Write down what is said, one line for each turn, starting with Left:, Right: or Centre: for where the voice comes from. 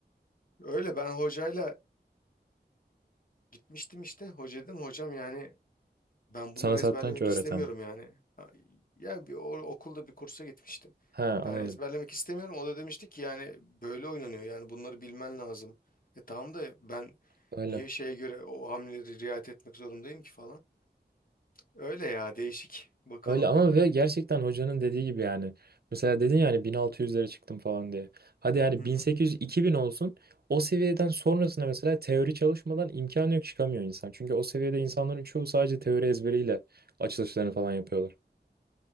Left: Öyle ben hocayla gitmiştim işte. Hoca dedim hocam yani ben
Right: Sana
Left: bunları
Right: satranç
Left: ezberlemek
Right: öğreten.
Left: istemiyorum yani. Ha, Yani bir o- okulda bir kursa gitmiştim.
Right: Ha anladım.
Left: Ben ezberlemek istemiyorum. O da demişti ki yani böyle oynanıyor yani bunları bilmen lazım. E tamam da ben
Right: Öyle.
Left: niye şeye göre o hamleleri riayet etmek zorundayım ki falan. Öyle ya değişik. Bakalım.
Right: Öyle ama ve gerçekten hocanın dediği gibi yani. Mesela dedin yani 1600'lere çıktım falan diye. Hadi yani
Left: Hı hı.
Right: 1800-2000 olsun. O seviyeden sonrasında mesela teori çalışmadan imkanı yok çıkamıyor insan. Çünkü o seviyede insanların çoğu sadece teori ezberiyle açılışlarını falan yapıyorlar.